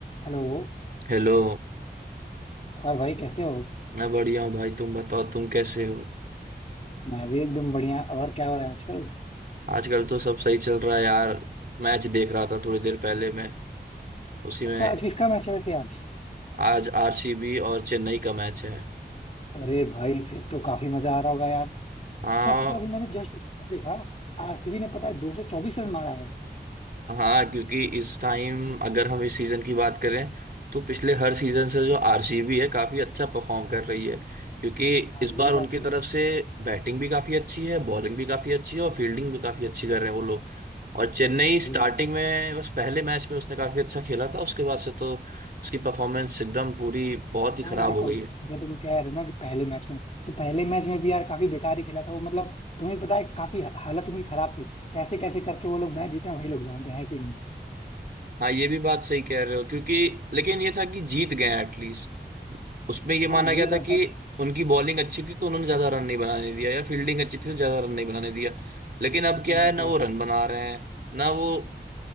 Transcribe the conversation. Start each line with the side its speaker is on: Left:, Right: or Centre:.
Left: Hello
Right: Hello
Left: और भाई कैसे हो
Right: मैं बढ़िया हूँ भाई तुम बताओ तुम कैसे हो
Left: मैं भी एकदम बढ़िया और क्या हो रहा है आजकल
Right: आजकल तो सब सही चल रहा है यार मैच देख रहा था थोड़ी देर पहले मैं उसी में
Left: अच्छा आज किसका मैच है वैसे आज
Right: आज आरसीबी और चेन्नई का मैच है
Left: अरे भाई फिर तो काफी मजा आ रहा होगा यार
Right: हाँ
Left: अच्छा पता है अभी मैंने जस्ट स्कोर देखा आरसीबी ने पता है 224 रन मारा है
Right: हाँ क्योंकि इस टाइम अगर हम इस सीजन की बात करें तो पिछले हर सीजन से जो आरसीबी है काफी अच्छा परफॉर्म कर रही है क्योंकि
Left: हाँ
Right: इस बार
Left: ये
Right: उनकी
Left: बात तो
Right: तरफ
Left: है
Right: से बैटिंग भी काफी अच्छी है बॉलिंग भी काफी अच्छी है और फील्डिंग भी काफी अच्छी कर रहे हैं वो लोग और चेन्नई स्टार्टिंग
Left: ये बात तो है
Right: में बस पहले मैच में उसने काफी अच्छा खेला था उसके बाद से तो उसकी परफॉर्मेंस एकदम पूरी बहुत ही खराब
Left: यार देखो
Right: हो गई है
Left: जो तुम कह रहे हो ना कि पहले मैच में तो पहले मैच में भी यार काफी बेकार ही खेला था वो मतलब तुम्हें पता है काफी हालत उनकी खराब थी कैसे कैसे करके वो लोग मैच जीते हैं वही लोग जानते हैं कि नहीं
Right: हाँ ये भी बात सही कह रहे हो क्योंकि लेकिन ये था कि जीत गए एटलीस्ट उसमें ये माना
Left: हाँ ये
Right: गया था
Left: बात
Right: कि
Left: है कि
Right: उनकी बॉलिंग अच्छी थी तो उन्होंने ज्यादा रन नहीं बनाने दिया या फील्डिंग अच्छी थी तो ज्यादा रन नहीं बनाने दिया लेकिन अब क्या
Left: हाँ
Right: है ना
Left: कह
Right: वो
Left: सकते
Right: रन बना
Left: हैं
Right: रहे हैं ना वो